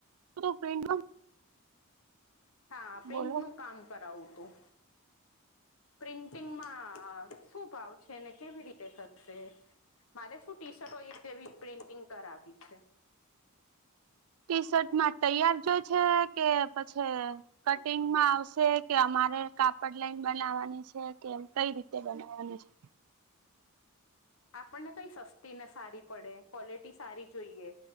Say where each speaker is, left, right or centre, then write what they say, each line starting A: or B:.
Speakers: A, on the right (about 80°); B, on the left (about 70°).
A: <unintelligible>
B: હા પ્રિન્ટનું
A: બોલો
B: કામ કરાવું હતું પ્રિન્ટિંગમાં આ શું ભાવ છે ને કેવી રીતે થ શે મારે શું ટીશર્ટૉ એક જેવી પ્રિન્ટિંગ કરાવી છે.
A: ટીશર્ટમાં તૈયાર જોય છે કે પછી કટિંગમાં આવશે કે અમારે કાપડ લાઈન બનાવાની છે કે કઈ રીતે બનાવવાની છે?
B: આપણને કઈ સસ્તી ને સારી પડે ક્વોલિટી સારી જોઈએ